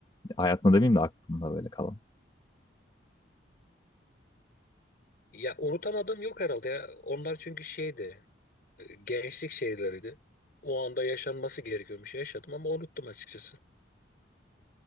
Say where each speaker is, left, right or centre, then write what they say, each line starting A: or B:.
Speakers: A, on the left; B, on the left.
A: Hayatında demeyeyim de aklında böyle kalan.
B: Ya unutamadığım yok herhalde ya. Onlar çünkü şeydi. e, Gençlik şeyleriydi. O anda yaşanması gerekiyormuş. Yaşadım ama unuttum açıkçası.